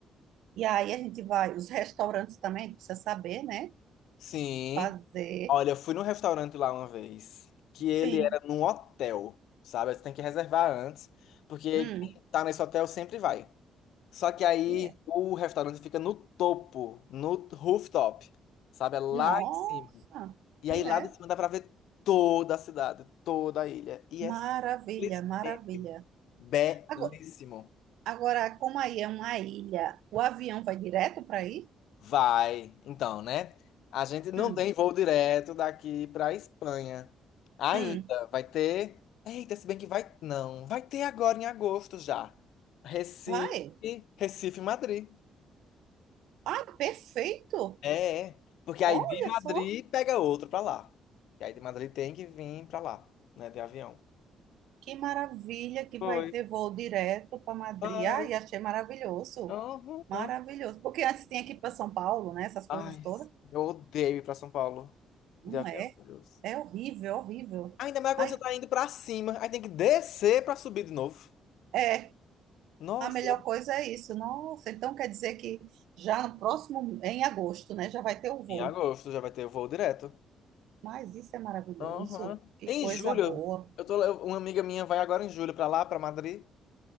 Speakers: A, on the right; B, on the left.
A: E aí a gente vai, os restaurantes também, a gente precisa saber, né?
B: sim.
A: O que fazer.
B: Olha, eu fui num restaurante lá uma vez, que ele
A: Sim.
B: era num hotel, sabe? Você tem que reservar antes, porque
A: Hum.
B: quem tá nesse hotel sempre vai. Só que aí
A: E é.
B: o restaurante fica no topo, no rooftop, sabe? É lá
A: Nossa!
B: em cima. E aí
A: E
B: lá
A: é.
B: de cima dá pra ver toda a cidade, toda a ilha. E
A: Maravilha,
B: é simplesmente
A: maravilha.
B: belíssimo.
A: Agora, agora, como aí é uma ilha, o avião vai direto para aí?
B: Vai, então, né? A gente não
A: Hum.
B: tem voo direto daqui para Espanha. Ainda
A: Hum.
B: vai ter. Eita, se bem que vai. Não, vai ter agora em agosto já. Recife,
A: Vai.
B: Recife, Madrid.
A: Ai, perfeito!
B: É, é. porque aí
A: Olha
B: de Madrid
A: só
B: pega outro para lá. E aí de Madrid tem que vir para lá, né, de avião.
A: que maravilha que
B: Foi,
A: vai ter voo direto para Madrid.
B: vai.
A: Ai, achei maravilhoso.
B: Uhum,
A: Maravilhoso.
B: uhum.
A: Porque antes tinha que ir para São Paulo, né? Essas
B: Ai,
A: coisas todas.
B: eu odeio ir para São Paulo
A: Não
B: de avião,
A: é?
B: meu Deus.
A: É horrível, é horrível.
B: Ainda mais quando
A: Ai,
B: você tá indo pra cima, aí tem que descer pra subir de novo.
A: é,
B: Nossa,
A: a melhor coisa é isso. Nossa, então quer dizer que já no próximo, em agosto, né, já vai ter o voo.
B: em agosto já vai ter voo direto.
A: Mas isso é maravilhoso.
B: Aham.
A: Que
B: Em
A: coisa
B: julho,
A: boa.
B: eu tô, uma amiga minha vai agora em julho pra lá, pra Madrid,